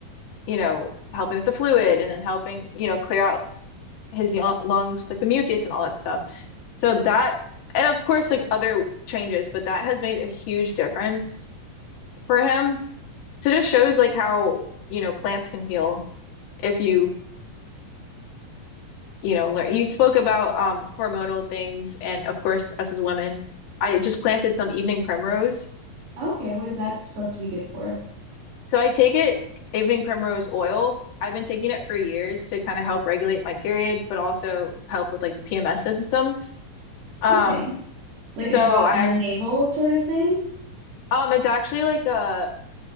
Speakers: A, on the left; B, on the right.
A: you know, helping with the fluid and then helping, you know, clear out his lungs with like the mucus and all that stuff. So that, and of course, like other changes, but that has made a huge difference for him. So it just shows like how, you know, plants can heal if you you know, learn. You spoke about um, hormonal things, and of course, us as women, I just planted some evening primrose.
B: Okay, what is that supposed to be good for?
A: So I take it, evening primrose oil. I've been taking it for years to kind of help regulate my period, but also help with like the PMS symptoms. Um,
B: Okay. Like
A: so
B: a drop
A: I
B: in
A: actually,
B: the navel sort of thing?
A: um, it's actually like a